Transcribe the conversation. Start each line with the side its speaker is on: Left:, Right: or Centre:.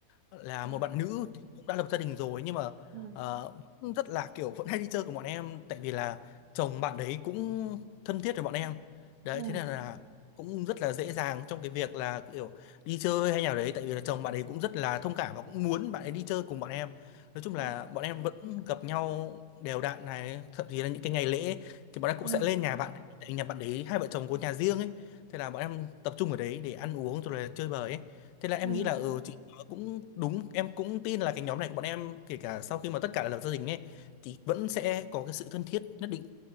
Left: là
Right: ừ.
Left: một bạn nữ thì cũng đã lập gia đình rồi nhưng mà
Right: ừ
Left: ờ, vẫn rất là kiểu vẫn hay đi chơi của bọn em tại vì là chồng bạn đấy cũng thân thiết với bọn em đấy
Right: ừ
Left: thế nên là cũng rất là dễ dàng trong cái việc là kiểu đi chơi hay nào đấy tại vì là chồng bạn ấy cũng rất là thông cảm và cũng muốn bạn ấy đi chơi cùng bọn em nói chung
Right: ừ
Left: là bọn em vẫn gặp nhau đều đặn này thậm chí là những cái ngày lễ thì bọn em cũng
Right: ừ
Left: sẽ lên nhà bạn tại vì nhà bạn đấy hai vợ chồng có nhà riêng ấy thế là bọn em tập trung ở đấy để ăn uống rồi là chơi bời ấy thế là em
Right: ừ
Left: nghĩ là ừ chị cũng đúng em cũng tin là cái nhóm này của bọn em kể cả sau khi mà tất cả đã lập gia đình ấy thì vẫn sẽ có cái sự thân thiết nhất định